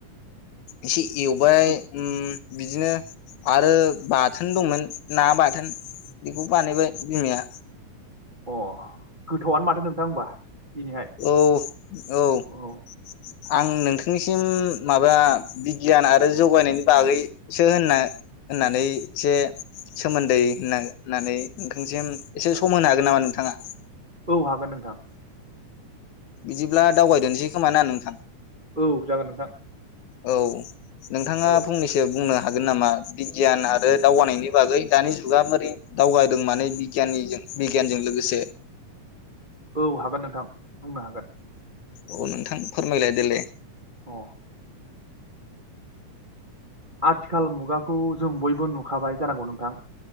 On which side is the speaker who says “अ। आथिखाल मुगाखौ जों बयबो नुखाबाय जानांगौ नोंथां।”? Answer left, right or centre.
Right